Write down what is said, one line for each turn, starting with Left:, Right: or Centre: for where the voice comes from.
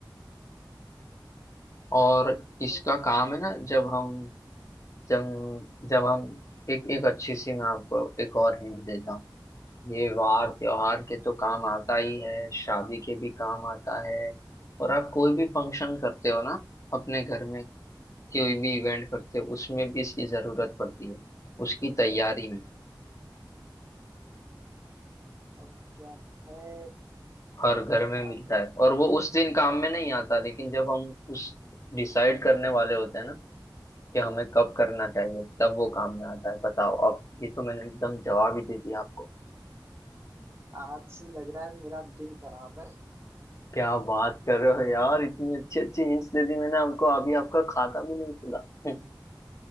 Left: और इसका
Right: तो
Left: काम है ना जब हम जब जब हम एक एक अच्छी सी मैं आपको एक और हिंट देता हूँ ये वार त्योहार के तो काम आता ही है शादी के भी काम आता है और आप कोई भी फंक्शन करते हो ना अपने घर में कोई भी इवेंट करते हो उसमें भी इसकी जरूरत पड़ती है उसकी तैयारी में
Right: अब क्या है
Left: हर घर में
Right: आ,
Left: मिलता है और वो उस दिन काम में नहीं आता लेकिन जब हम उस डिसाइड करने वाले होते हैं ना कि हमें कब करना चाहिए तब वो काम में आता है बताओ अब ये तो मैंने एकदम जवाब ही दे दिया आपको
Right: आज से लग रहा है मेरा दिन खराब है
Left: क्या बात कर रहे हो यार इतनी अच्छी अच्छी हिंट्स दे दी मैंने आपको अभी आपका खाता भी नहीं खुला <laughs>